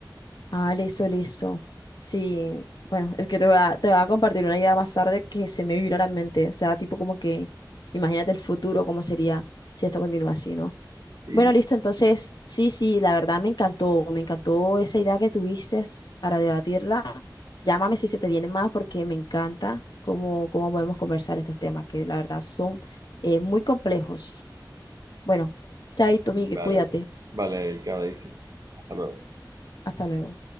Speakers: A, on the left (about 65°); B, on the right (about 50°).
A: Ah, listo, listo. Sí, bueno, es que te voy a, te voy a compartir una idea más tarde que se me vino a la mente. O sea, tipo como que, imagínate el futuro, cómo sería si esto continúa así, ¿no?
B: Sí,
A: Bueno,
B: sí.
A: listo, entonces, sí, sí, la verdad me encantó, me encantó esa idea que tuviste para debatirla. Llámame si se te viene más porque me encanta cómo, cómo podemos conversar estos temas, que la verdad son eh, muy complejos. Bueno, chaito,
B: Y
A: Migue,
B: Vale,
A: cuídate.
B: vale, Erika, Daisy. Hasta luego.
A: Hasta luego.